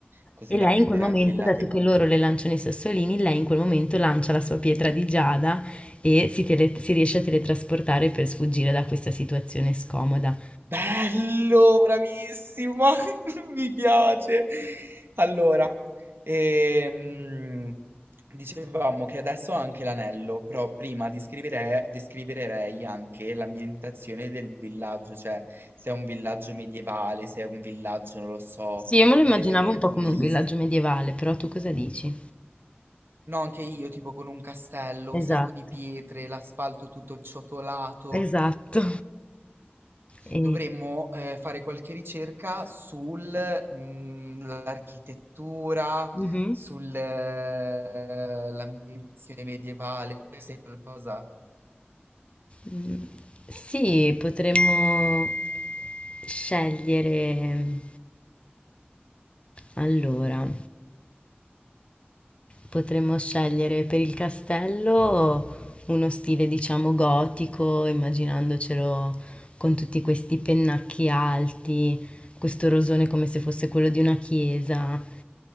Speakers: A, on the right (about 70°); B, on the left (about 30°).
A: così
B: E
A: da
B: lei
A: prendere
B: in quel momento,
A: anche il lato
B: dato
A: emotivo.
B: che loro le lanciano i sassolini, lei in quel momento lancia la sua pietra di giada e si, tele- si riesce a teletrasportare per sfuggire da questa situazione scomoda.
A: Bello, bravissimo, <laughs> mi piace. Allora, ehm, dicevamo che adesso ho anche l'anello, però prima descrivere- descriverei anche l'ambientazione del villaggio, cioè se è un villaggio medievale, se è un villaggio, non lo so,
B: Sì, io me lo immaginavo
A: eh,
B: un po'
A: turistico.
B: come un villaggio medievale, però tu cosa dici?
A: No, anche io, tipo con un castello,
B: Esatto,
A: un sacco di pietre, l'asfalto tutto ciotolato.
B: esatto. E-
A: dovremmo eh, fare qualche ricerca sull'architettura,
B: Mhm.
A: sull'ambientazione medievale, se è qualcosa.
B: Mm, Sì, potremmo scegliere allora. Potremmo scegliere per il castello uno stile, diciamo, gotico, immaginandocelo con tutti questi pennacchi alti, questo rosone come se fosse quello di una chiesa,